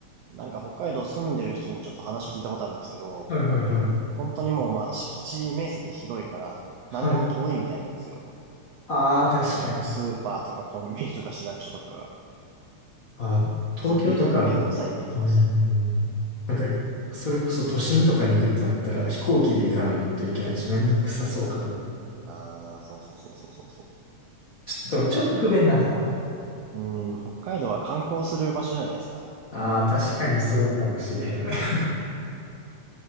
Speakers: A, on the right; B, on the left.
A: なんか北海道住んでる人にちょっと話聞いたことあるんですけど、
B: はいはいはい。
A: 本当にもうまあ敷地面積広いから、
B: はい。
A: 何でも遠いみたいなんですよ。
B: ああ、確かに。
A: そのスーパーとかコンビニとか市役所とかが。
B: あ、東京とか、
A: その移動がめんどくさいって言ってました。
B: うん、なんか、それこそ都心とかに行くってなったら飛行機で行かないといけないし、めんどくさそうかも。
A: ああ、そうそうそうそうそうそう。
B: ちょっと、ちょっと不便なんか。
A: うん、北海道は観光する場所じゃないですか。
B: ああ、確かにそうかもしれへん。<laughs>